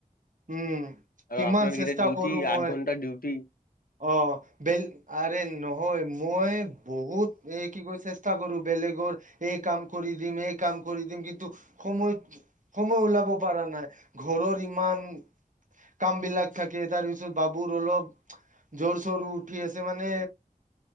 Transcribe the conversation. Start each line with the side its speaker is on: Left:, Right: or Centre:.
Right: উম
Left: আৰু
Right: কিমান
Left: আপোনাৰ
Right: চেষ্টা
Left: কেইটা ডিউটি
Right: কৰো মই
Left: আঠ ঘন্টা ডিউটি।
Right: অ ব আৰে নহয় মই বহুত এ কি কৈছে চেষ্টা কৰো বেলেগৰ এই কাম কৰি দিম এই কাম কৰি দিম কিন্তু সময়ত সময় ওলাব পৰা নাই ঘৰৰ ইমান কাম বিলাক থাকে তাৰ পিছত বাবুৰ অলপ জ্বৰ চৰ উঠি আছে মানে